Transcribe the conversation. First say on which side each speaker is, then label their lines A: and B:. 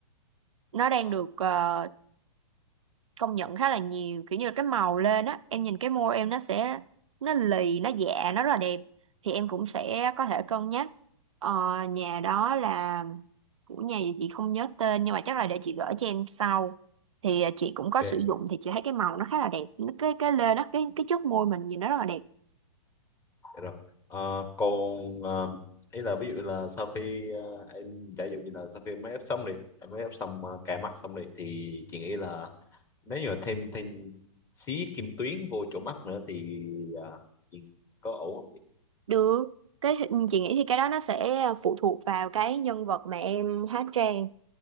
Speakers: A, on the right; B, on the left.
A: nó đang
B: ờ,
A: được ờ, công nhận khá là nhiều kiểu như là cái màu lên á em nhìn cái môi em nó sẽ nó lì nó dạ nó rất là đẹp thì em cũng sẽ có thể cân nhắc ờ, nhà đó là của nhà gì chị không nhớ tên nhưng mà chắc là để chị gửi cho em sau thì ờ, chị cũng có
B: ok
A: sử dụng thì chị thấy cái màu nó khá là đẹp Nó- cái cái lên á cái cái chất môi mình nhìn nó rất là đẹp
B: dạ rồi Ờ, còn ờ, ý là ví dụ là sau khi ờ, em giả dụ như là sau khi em make up xong đi em make up xong uh, cài mắt xong đi thì chị nghĩ là nếu như mà thêm thêm xí kim tuyến vô chỗ mắt nữa thì ờ, chị có ổn không chị
A: Được, cái chị nghĩ thì cái đó nó sẽ phụ thuộc vào cái nhân vật mà em hóa trang.